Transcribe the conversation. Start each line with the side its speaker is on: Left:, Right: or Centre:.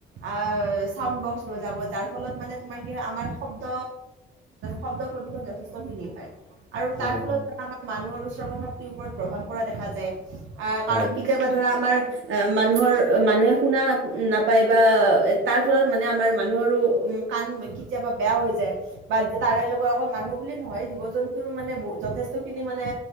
Right: আও চাউন বক্স বজাব যাৰ ফলত মানে তোমাৰ কি হয় আমাৰ শব্দ শব্দ প্ৰদূষণ যথেষ্টখিনি হয়। আৰু
Left: হয়
Right: তাৰ
Left: হয়
Right: ফলত
Left: হয়
Right: পৰা আমাৰ মানুহৰো শ্ৰৱণ শক্তিৰ ওপৰত প্ৰভাৱ পৰা দেখা যায়, আহ
Left: হয়
Right: কাৰণ কি তিয়াবা ধৰা আমাৰ অ মানুহৰ মানুহে শুনা নাপায় বা তাৰ ফলত মানে আমাৰ মানুহৰো উ কাণ কেতিয়াবা বেয়া হৈ যায়, বা তাৰে লগত অকল মানুহ বুলি নহয় জীৱ-জন্তুৰো মানে ব- যথেষ্টখিনি মানে